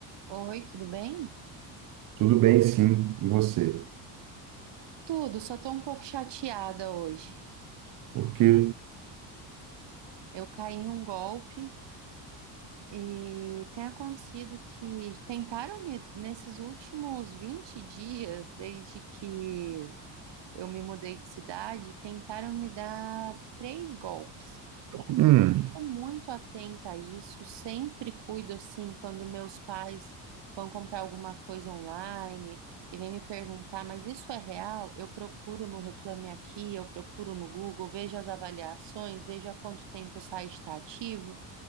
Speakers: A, on the right; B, on the right.
A: Oi, tudo bem?
B: Tudo bem, sim. E você?
A: Tudo, só tô um pouco chateada hoje.
B: Por quê?
A: Eu caí em um golpe e tem acontecido que tentaram me, nesses últimos 20 dias, desde que eu me mudei de cidade, tentaram me dar três golpes.
B: Hum.
A: Estou muito atenta a isso, sempre cuido assim quando meus pais vão comprar alguma coisa online e vêm me perguntar, mas isso é real? Eu procuro no Reclame Aqui, eu procuro no Google, vejo as avaliações, vejo há quanto tempo o site está ativo,